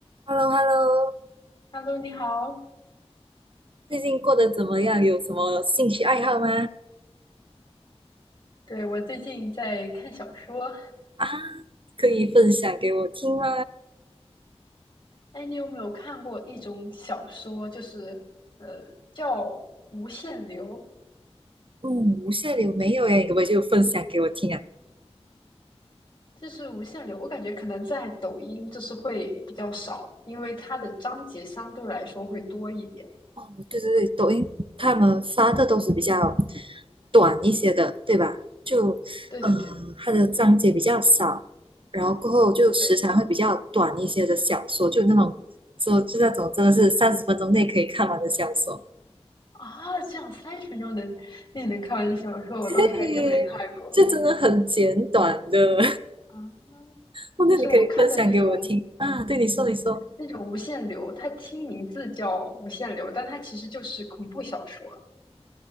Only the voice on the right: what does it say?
h e l l o h e l l o
最近过得怎么样？有什么兴趣爱好吗？
啊，可以分享给我听吗？
嗯，无限流没有耶，你可不可以就分享给我听啊？
哦，对对对，抖音他们发的都是比较短一些的，对吧？就，
呃，它的章节比较少，然后过后就时长会比较短一些的小说，
就那种，就就那种真的是三十分钟内可以看完的小说，
对，
这真的很简短的。
哦，
那你可以分享给我听啊。对，你说，你说，